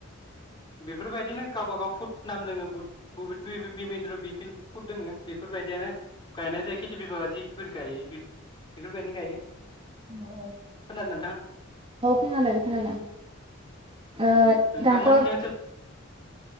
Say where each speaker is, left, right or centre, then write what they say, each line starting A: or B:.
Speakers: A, on the left; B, on the right.
A: बेफोरबायदिनो गावबागाव फुट। नाम दोङो बुहुत बुहुत बिबिन्द र बि फुट दोङो बेफोरबायदियानो गायनाय जाय खिथि बिभागा जि बेफोर गायो बेफोरबायदिनो गायो।
B: औ औ
A: खोनादों नोंथां
B: खोनादों । खोनादों ओ
A: नोंथांमोनखि
B: दाथ'